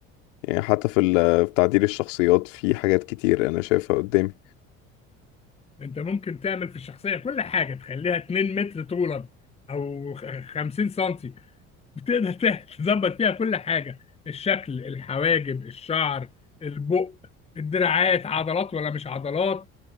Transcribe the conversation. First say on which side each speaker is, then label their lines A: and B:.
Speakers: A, on the left; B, on the left.
A: يعني حتى في ال- في تعديل الشخصيات في حاجات كتير انا شايفها قدامي
B: انت ممكن تعمل في الشخصيه كل حاجه تخليها 2 متر طولا او 50 سم بتقدر فيها- تظبط فيها كل حاجة الشكل الحواجب الشعر البق الدراعات عضلات ولا مش عضلات